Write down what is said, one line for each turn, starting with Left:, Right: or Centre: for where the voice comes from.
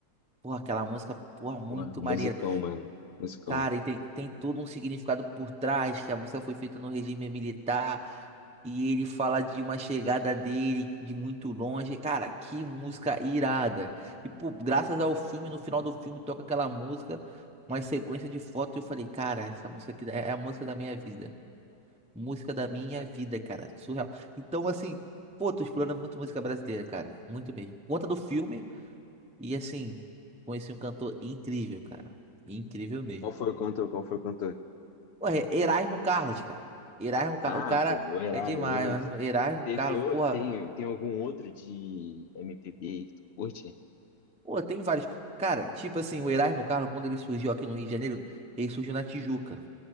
Centre: Porra, aquela música, porra, muito
Left: Pô, musicão,
Centre: maneira.
Left: mano. Musicão.
Centre: Cara, e tem, tem todo um significado por trás, que a música foi feita no regime militar. E ele fala de uma chegada dele de muito longe. Cara, que música irada. E pô, graças ao filme, no final do filme toca aquela música, uma sequência de fotos. E Eu falei, cara, essa música aqui é é a música da minha vida. Música da minha vida, cara. Surreal. Então, assim, pô, tô explorando muito música brasileira, cara. Muito mesmo. Conta do filme e, assim, conheci um cantor incrível, cara. Incrível mesmo.
Left: Qual foi o cantor? Qual foi o cantor?
Centre: Ué, Erasmo Carlos, cara. Erasmo Carlos,
Left: Ah,
Centre: o cara
Left: pô, o Erasmo,
Centre: é demais,
Left: beleza.
Centre: mano. Erasmo
Left: Teve
Centre: Carlos,
Left: o...
Centre: porra.
Left: tem, tem algum outro de MPB aí que tu curte?
Centre: Pô, tem vários. Cara, tipo assim, o Erasmo Carlos, quando ele surgiu aqui no Rio de Janeiro, ele surgiu na Tijuca.